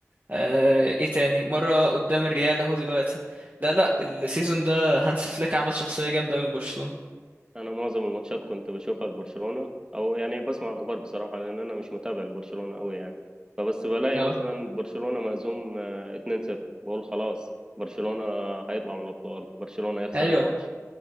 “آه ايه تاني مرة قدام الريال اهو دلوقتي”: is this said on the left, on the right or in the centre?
Right